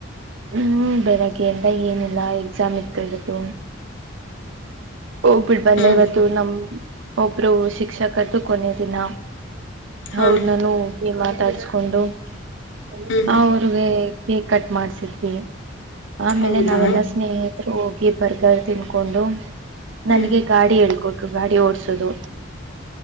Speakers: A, on the right; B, on the left.
A: ಹ್ಮ್ ಬೆಳಗ್ಗೆ ಎಂದ ಏನಿಲ್ಲ ಎಕ್ಸಾಮ್ ಇದ್ದಳು ಹೋಗ್ಬಿಟ್ಟ ಬಂದೆ
B: ಹ್ಞೂ
A: ಇವತ್ತು ನಮ ಒಬ್ರು ಶಿಕ್ಷಕದ್ದು ಕೊನೆ ದಿನ
B: ಹಾಂ
A: ಅವ್ರನಾನ ಮಾತಾಡ್ಸ್ಕೊಂಡು ಅವ
B: ಹ್ಞೂ
A: ಅವ್ರಿಗೆ ಕೇಕ್ ಕಟ್ ಮಾಡ್ಸಿದ್ವಿ ಆಮೇಲೆ
B: ಹೌದಾ
A: ನಾವೆಲ್ಲಾ ಸ್ನೇಹಿತರು ಹೋಗಿ ಬರ್ಗರ್ ತಿನ್ಕೊಂಡು ನನಗೆ
B: ಹ್ಞೂ
A: ಗಾಡಿ ಹೇಳ್ಕೊಟ್ರು ಗಾಡಿ ಓಡಸೋದು